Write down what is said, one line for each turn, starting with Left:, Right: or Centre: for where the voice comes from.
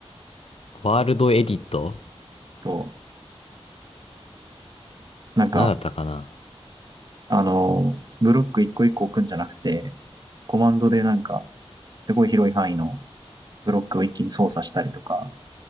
Left: ワールドエディット
Right: と、なんか、
Left: 何だったかな
Right: あのーブロック一個一個置くんじゃなくて、コマンドでなんか、すごい広い範囲のブロックを一気に操作したりとか、